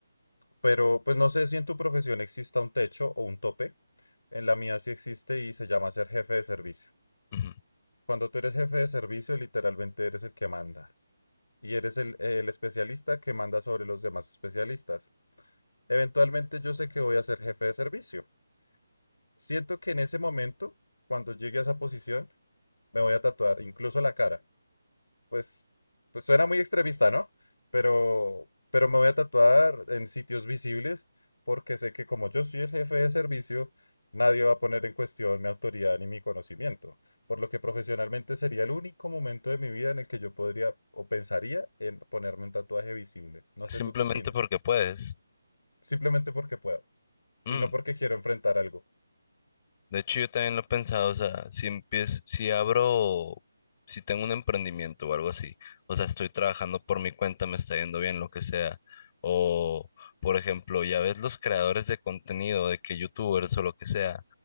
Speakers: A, on the left; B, on the left.
A: pero pues no sé si en tu profesión exista un techo o un tope. En la mía sí existe y se llama ser jefe de servicio.
B: Ujú.
A: Cuando tú eres jefe de servicio, literalmente eres el que manda. y eres el, el especialista que manda sobre los demás especialistas. Eventualmente yo sé que voy a ser jefe de servicio. Siento que en ese momento, cuando llegue a esa posición, me voy a tatuar incluso la cara pues, pues suena muy extremista, ¿no? Pero, pero me voy a tatuar en sitios visibles porque sé que como yo soy el jefe de servicio, nadie va a poner en cuestión mi autoridad ni mi conocimiento, por lo que profesionalmente sería el único momento de mi vida en el que yo podría o pensaría en ponerme un tatuaje visible. No
B: Simplemente
A: sé tú qué opines.
B: porque puedes.
A: Simplemente porque puedo
B: Mm,
A: y no porque quiero enfrentar algo.
B: De hecho, yo también lo he pensado, o sea, si empiezo, si abro, si tengo un emprendimiento o algo así, o sea, estoy trabajando por mi cuenta, me está yendo bien, lo que sea. O, por ejemplo, ya ves los creadores de contenido, de que youtubers o lo que sea.